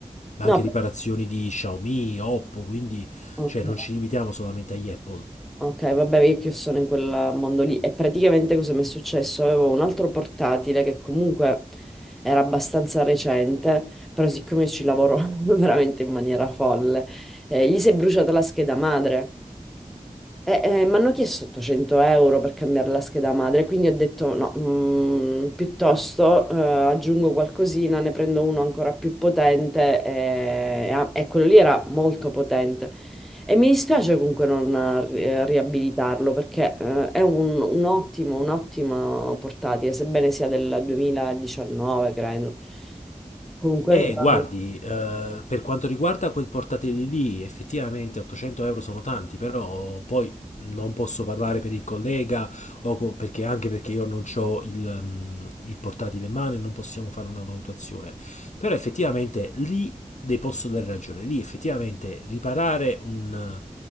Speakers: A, on the left; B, in the centre.
A: Ma
B: no,
A: anche
B: per-
A: riparazioni di Xiaomi, Oppo, quindi
B: ok.
A: cioè, non ci limitiamo solamente agli Apple.
B: Ok, vabbè, io che sono in quel mondo lì. E praticamente cosa mi è successo? Avevo un altro portatile che comunque era abbastanza recente, però siccome io ci lavoro <laughs> veramente in maniera folle, eh, gli si è bruciata la scheda madre. E, eh, mi hanno chiesto 800 euro per cambiare la scheda madre, quindi ho detto no, mm, piuttosto eh, aggiungo qualcosina, ne prendo uno ancora più potente e, eh, e quello lì era molto potente. E mi dispiace comunque non eh, riabilitarlo perché eh, è un, un ottimo, un'ottima portatile, sebbene sia del 2019, credo. Comunque
A: Eh,
B: ancora
A: guardi,
B: no.
A: eh, per quanto riguarda quel portatile lì, effettivamente 800 euro sono tanti, però poi non posso parlare per il collega, o co- perché, anche perché io non ho il, mm, il portatile in mano e non possiamo fare una valutazione. Però effettivamente lì le posso dare ragione, lì effettivamente riparare un,